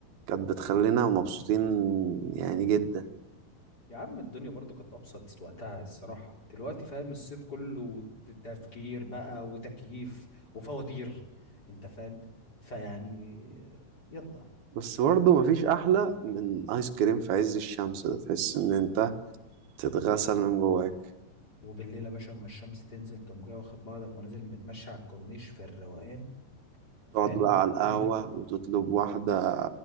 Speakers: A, on the right; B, on the left.
A: كانت بتخلينا مبسوطين يعني جدا
B: يا عم الدنيا برضو كانت ابسط وقتها الصراحه دلوقتي فاهم الصيف كله ت- تفكير بقى وتكييف وفواتير انت فاهم فيعني يلا
A: بس برضه مفيش أحلى من آيس كريم في عز الشمس ده تحس إن أنت تتغسل من جواك
B: وبالليل يا باشا اما الشمس تنزل تقوم جاي واخد بعضك ونازل متمشى على الكورنيش في الروقان فاهم
A: تقعد بقى
B: ملك
A: على القهوة وتطلب واحدة